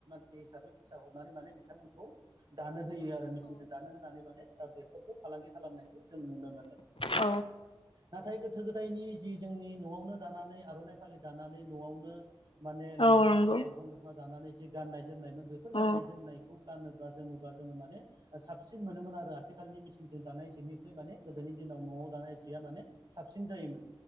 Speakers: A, on the right; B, on the left.
A: <unintelligible> हिसाबै फिसा हरनानै माने बिथांमोनखौ दानो होयो आरो मेसिनजों दानो होनानै माने बा बेफोरखौ फालांगि खालामनायखौ जों नुनो मोनो।
B: औ
A: नाथाय गोथो गो दायनि जि जोंनि न'आवनो दानानै आर'नाइ फालि दानानै न'आवनो माने लांगा
B: औ नंगौ
A: दख'ना अग्रं दख'ना दानानै जि गाननाय जोमनायमोन बेफोर
B: औ
A: गाननाय जोमनायखौ गानो बा जोमो बा जोङो माने <unintelligible> साबसिन मोनोमोन आरो आथिखालनि मेसिनजों दानाय जिनिख्रुइ माने गोदोनि दिनाव न'आव दानाय जिया माने साबसिन जायोमोन।